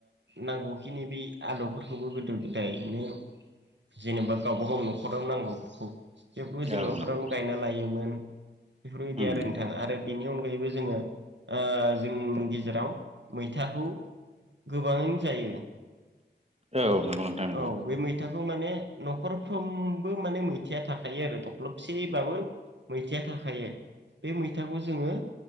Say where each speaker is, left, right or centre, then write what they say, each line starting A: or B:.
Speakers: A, on the right; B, on the right.
A: नांगौखिनि बे आलुफोरखौबो गोदो गोदायनो जेनेबा गाव गावबा गाव न'खरावनो नांगौफोरखौ बेफोरखौ जों
B: औ
A: न'खरावनो
B: नंगौ
A: गायना लायोमोन बेफोरबायदि
B: उम
A: आरो नोंथाङा
B: नंगौ
A: आरो बेनि अनगायैबो जोङो ओ जोंनि गेजेराव मैथाखौ गोबाङैनो जायो
B: औ नंगौ नोंथां नंगौ
A: औ बे मैथाखौ माने न'खरफ्रोमबो माने मैथिया थाखायो आरो थख्लबसेबाबो मैथाया थाखायो बे मैथाखौ जोङो